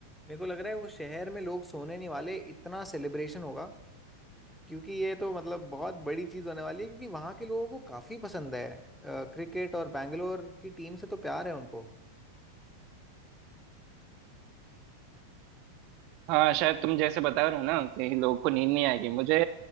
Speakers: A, in the centre; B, on the right.
A: मेरे को लग रहा है वो शहर में लोग सोने नहीं वाले इतना सेलिब्रेशन होगा क्योंकि ये तो मतलब बहुत बड़ी चीज होने वाली है क्योंकि वहां के लोगों को काफी पसंद है अ, क्रिकेट और बैंगलोर की टीम से तो प्यार है उनको
B: हाँ शायद तुम जैसे बता रहे हो ना कि लोग को नींद नहीं आएगी मुझे